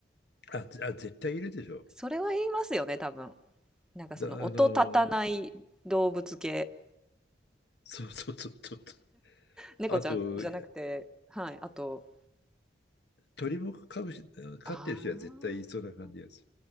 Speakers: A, on the left; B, in the centre.
A: あ、あ、絶対いるでしょ。
B: それは言いますよね、多分。なんかその音立たない動物系。
A: だ、あの、そうそうそうそう。
B: 猫ちゃんじゃなくて、
A: あと、
B: はい。あと、
A: 鳥も飼うし、飼ってる人は絶対いそうな感じがする。
B: あー